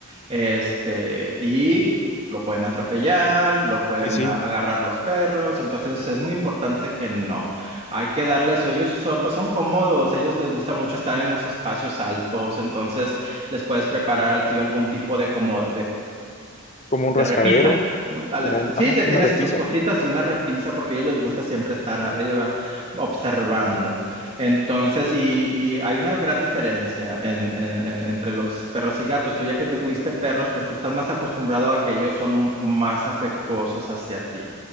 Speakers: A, on the right; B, on the left.
A: Este, y lo pueden atropellar, lo pueden
B: Sí, sí,
A: a- agarrar los perros, entonces es muy importante que no. Hay que darles, ellos so- pues son cómodos, ellos les gusta mucho estar en los espacios altos, entonces les puedes preparar así algún tipo de como
B: como
A: de
B: un rascadero,
A: repisa.
B: co-
A: Un- dale,
B: como un,
A: Sí,
B: ajá,
A: le
B: una
A: tienes
B: repisa.
A: sus cositas y una repisa porque a ellos les gusta siempre estar arriba observando. Entonces, y, y hay una gran diferencia en- en- en- entre los perros y gatos. Tú ya que te tuviste perros, pues tú estás más acostumbrado a que ellos son más afectuosos hacia ti.